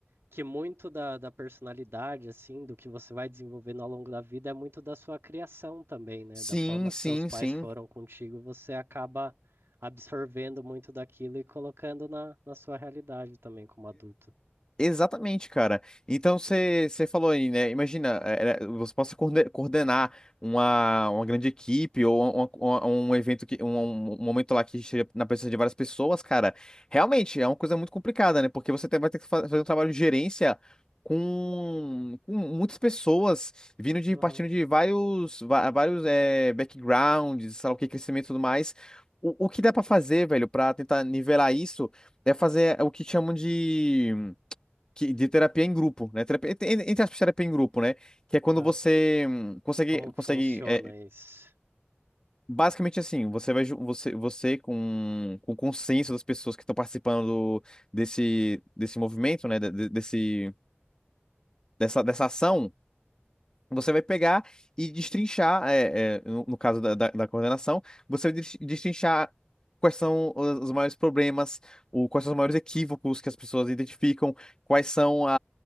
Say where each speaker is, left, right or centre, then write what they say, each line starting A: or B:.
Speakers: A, on the right (about 70°); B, on the left (about 20°).
A: que muito da, da personalidade, assim, do que você vai desenvolvendo ao longo da vida é muito da sua criação também, né?
B: Sim,
A: Da forma
B: sim,
A: que seus pais
B: sim.
A: foram contigo, você acaba absorvendo muito daquilo e colocando na, na sua realidade também como adulto.
B: Exatamente, cara. Então você você falou aí, né? Imagina, é, é, você possa coorde- coordenar uma, uma grande equipe ou uma- uma- um evento que um, um um momento lá que esteja na presença de várias pessoas, cara. Realmente é uma coisa muito complicada, né? Porque você tem- vai ter que fa- fazer um trabalho de gerência com, com muitas pessoas vindo de
A: Uhum.
B: partindo de vários va- vários é, backgrounds, sei lá o que, crescimento e tudo mais. O, o que dá pra fazer, velho, pra tentar nivelar isso é fazer o que chamam de que- de terapia em grupo, né? Terapia, entre entre aspas, terapia em grupo, né? Que é quando
A: Ah,
B: você hum, consegue,
A: como que
B: consegue
A: funciona
B: é,
A: isso?
B: basicamente assim, você vai, ju- você, você com, com o consenso das pessoas que estão participando do- desse, desse movimento, né? de- de- Desse, dessa, dessa ação Você vai pegar e destrinchar, é, é, no, no caso da, da, da coordenação, você vai des- destrinchar quais são os, os maiores problemas, ou quais são os maiores equívocos que as pessoas identificam, quais são a,